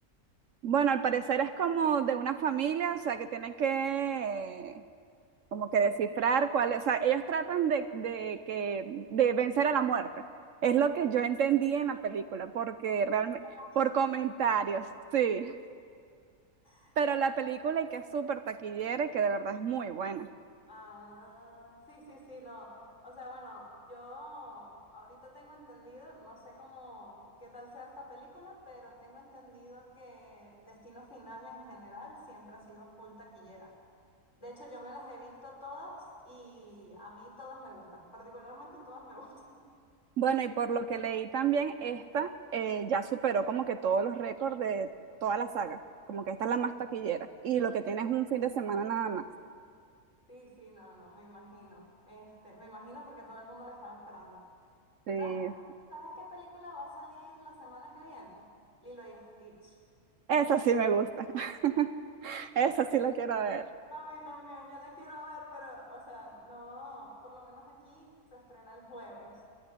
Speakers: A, on the right (about 60°); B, on the left (about 50°).
A: Bueno, al parecer es como de una familia, o sea, que tiene que como que descifrar cuál es, o sea, ellos tratan de, de que, de vencer a la muerte. Es lo que yo entendí en la película, porque realmente,
B: Lo poquito
A: por
B: que
A: comentarios,
B: he
A: sí.
B: visto.
A: Pero la película y que es súper taquillera y que de verdad es muy buena.
B: Ah, sí, sí, sí, no. O sea, bueno, yo ahorita tengo entendido, no sé cómo, qué tal sea esta película, pero tengo entendido que Destino Final en general siempre ha sido full taquillera. De hecho, yo me las he visto todas y a mí todas me gustan, particularmente todas me <laughs> gustan.
A: Bueno, y por lo que leí también, esta eh, ya superó como que todos los récords de toda la saga. Como que esta es la más taquillera. Y lo que tiene es un fin de semana nada más.
B: Sí, sí, no, no, me imagino. Este, me imagino porque todo el mundo la estaba esperando.
A: Sí.
B: ¿Sabes, sabes qué película va a salir la semana que viene? Lilo y Stitch.
A: Esa sí me gusta. <laughs> Esa sí la quiero ver.
B: A mí también, yo la quiero ver, pero, o sea, no, por lo menos aquí se estrena el jueves.